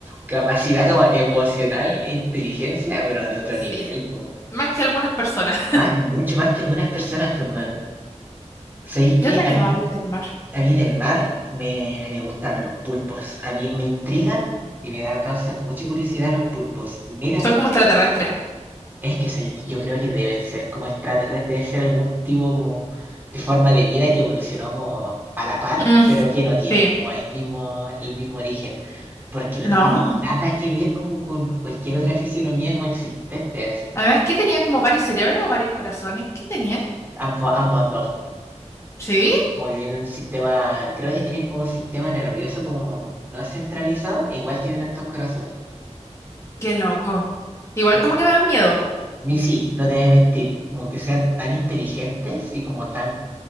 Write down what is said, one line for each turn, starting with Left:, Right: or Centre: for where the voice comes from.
Right: capacidad como emocional, e inteligencia, pero de otro
Left: Sí.
Right: nivel, pues.
Left: Más que algunas personas. <laughs>
Right: Más- mucho más que algunas personas, pues, hermano. ¿Sabéis que
Left: y otro animal
Right: A mí.
Left: del mar?
Right: A mí del mar me, a mí me gustan los pulpos. A mí me intrigan y me da, causan mucha curiosidad los pulpos. Netamente,
Left: Son como extraterrestres.
Right: es que soy yo creo que deben ser como extraterrestres, debe ser algún tipo como de forma de vida que evolucionó como a la par,
Left: Mm,
Right: pero que no tiene
Left: sí.
Right: como el mismo, el mismo origen, porque no
Left: No.
Right: tiene nada que ver como con cualquier otra fisionomía como existente, así.
Left: Además, ¿qué tenían como varios cerebros o varios corazones? ¿Qué tenían?
Right: Ambos, ambos dos.
Left: Sí.
Right: como que tienen un sistema, creo que tienen como un sistema nervioso como no es centralizado, e igual tienen altos corazones.
Left: Qué loco. Igual
Right: Ok.
Left: como que me dan miedo.
Right: Ni sí, no te voy a mentir, como que sean tan inteligentes y como tan